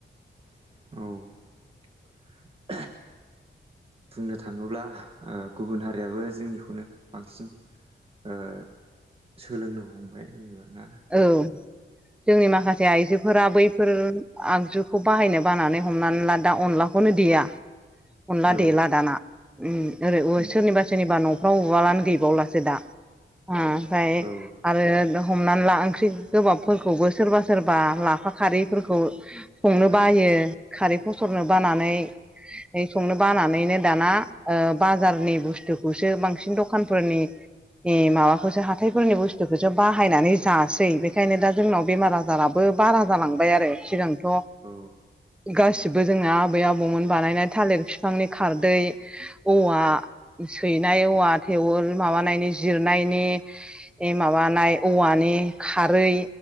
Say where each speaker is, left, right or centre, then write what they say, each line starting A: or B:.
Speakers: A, on the right; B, in the centre.
A: औ बुंनो थाङोब्ला आ गुबुन हारियाबो जोंनिखौनो बांसिन ओ सोलोंनो हमबाय होनबा ना
B: औ जोंनि माखासे आइजोफोरा बैफोर आगजुखौ बाहायनो बानानै हमनानै ला दा अनलाखौनो देया अनला
A: औ
B: देला दाना ओम
A: उम
B: सोरनिबा सोरनिबा न' राव उवालानो गैबावलासो दा आ ओमफ्राय
A: औ
B: आरो हमना ला ओंख्रि गोबाबफोरखौबो सोरबा सोरबा लाफा खारैफोरखौ संनो
A: औ
B: बायो खारै फसरनो बानानै
A: औ
B: संनो बानानैनो दाना ओ बाजारनि बुसथुखौसो बांसिन दखानफोरनि माबाखौसो हाथायफोरनि बुसथुखौसो बाहायनानै जासै बे बेखायनो दा जोंनाव बेमार आजाराबो बारा जालांबाय आरो सिगांथ'
A: औ
B: गासिबो जोंना आबै आबौमोन बानायनाय थालिर बिफांनि खारदै औवा सैनाय औवा थेवल माबानायनि जिरनायनि माबानाय औवानि खारै